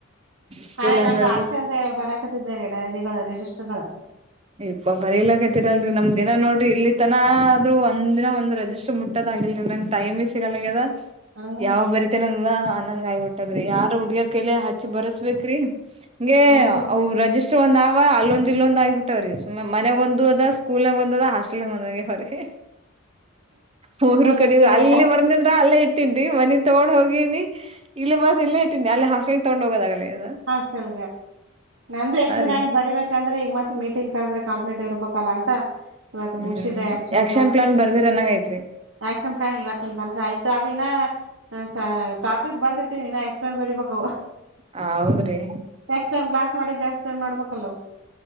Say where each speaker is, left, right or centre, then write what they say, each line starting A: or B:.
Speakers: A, on the right; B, on the right.
A: ಸ್ಕೂಲ್
B: ಅದೇ ನಮ್ದ
A: ಹೆಂಗ್ ನಡ್ದ
B: ಆಸ್ಟೆಲ್ದೆ ಬರಕ್ ಹತಿದ್ದಾರೆ ಡಾಯ್ರಿಗಳ ರಿಜಿಸ್ಟರ್ ಗಳ.
A: ಇಪ್ಪ ಬರಿಲಾಕತ್ತೀರಲ್ರಿ ನಮ್ದ ಇನ ನೋಡ್ರಿ ಇಲ್ಲಿ ತನ ಆದ್ರು ಒಂದಿನ ಒಂದು ರೆಜಿಸ್ಟರ್ ಮುಟ್ಟದಾಗಿಲ್ರಿ ನಂಗೆ ಟೈಮೆ ಸಿಗಲ್ಲಗ್ಯಾದ
B: ಹ್ಮ್
A: ಯಾವ ಬರಿ ತಿನಿಲ್ಲ ಅನಂಗ್ ಆಗಬಿಟ್ಟದ್ರಿ ಯಾರ ಹುಡ್ಗರ್ ಕೈಲಿ ಹಚ್ಚಿ ಬರ್ಸ್ಬಬೇಕ್ರಿ. ಹಂಗೆ
B: ಹೌದು
A: ಅವು ರಜಿಸ್ಟರ್ ಒಂದ್ ಆವ ಅಲ್ಲೊಂದ್ ಇಲ್ಲೊಂದ್ ಆಬಿಟ್ಟ ಸುಮ್ಮೆ ಮನೆಗ ಒಂದು ಅದ ಸ್ಕೂಲ್ನೆಗ ಒಂದದ ಹಾಸ್ಟೆಲ್ನಾಗ ಒಂದಗೆವ್ರೀ. ಮೂರು
B: ಮೂರ್
A: ಕಡಿ
B: ದಿಕ್ಕಿಗ್
A: ಅಲ್ಲಿ
B: ಆಗ್ಯಾವ
A: ಬರದ್ನೆಂದ್ರ ಅಲ್ಲೇ ಇಟ್ಟ ಇಟ್ಟಿದ್ನಿ ಮನಿ ತಗೊಂಡ್ ಹೋಗೀನಿ ಇಲ್ಲಿ ಬರದ ಇಲ್ಲೆ ಇಟ್ಟೀನಿ ಅಲ್ಲಿ ಹಾಸ್ಟಲ್ ತಗೊಂಡ ಹೋಗೋದಾಗಲ್ಲಾಗ್ಯಾದ.
B: ಹಾಸ್ಟಲ್ಗೆ ನಂದು ಎಷ್ಟ್ ದಿನ
A: ರೀ
B: ಆಯ್ತು ಬರಿಬೇಕ ಯಾಕಂದ್ರೆ ಈಗ ಮತ್ ಮೀಟಿಂಗ ಕದ್ರೆ ಕಂಪ್ಲೀಟ್ ಇರ್ಬೇಕಲ್ಲ ಅಂತ ಇವತ್
A: ಹ್ಮ್
B: ಮುಗಿಸಿದೆ ಆಕ್ಷನ್
A: ಯಾಕ್ಷನ್ ಪ್ಲಾನ್ ಬರ್ದಿರನ್ನಂಗ ಆತ್ರಿ.
B: ಆಕ್ಷನ್ ಪ್ಲಾನ್ ಇವತ್ತಿನ ತನಕ ಆಯ್ತು ಅದಿನ್ನಾ ಹ ಸ ಟಾಪಿಕ್ ಬರ್ದಿಟ್ಟಿನಿ ಇನ ಎಕ್ಸ್ಪ್ಲೇನ್ ಬರೀಬೇಕ ಅವು.
A: ಹ ಹೌದ್ರಿ
B: ಎಕ್ಸ್ಪ್ರೇನ್ ಗ್ಲಾಸ್ ಮಾಡಿದ್ದೆ ಎಕ್ಸ್ಪ್ರೇನ್ ಮಾಡಬೇಕ ಅಲ್ಲವು.